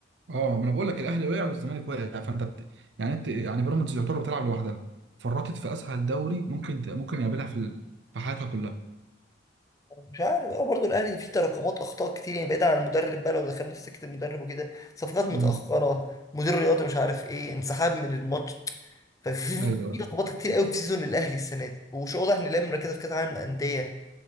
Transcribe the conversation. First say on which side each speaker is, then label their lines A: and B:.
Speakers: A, on the right; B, on the left.
A: اه ما انا بقول لك الاهلي وقع والزمالك وقع فانت بت... يعني انت يعني بيراميدز يعتبر بتلعب لوحدها فرطت في اسهل دوري ممكن ت... ممكن يقابلها في ال... في حياتها كلها
B: مش عارف هو برضه الاهلي فيه تراكمات اخطاء كتير يعني بعيدا عن المدرب بقى لو دخلنا في سكه المدرب وكده صفقات متاخره
A: مم.
B: مدير رياضي مش عارف ايه انسحاب من الماتش ففي
A: ايوه
B: في لخبطه كتير قوي في سيزون الاهلي السنه دي ومش واضح ان الاهلي مركزه في كاس العالم للانديه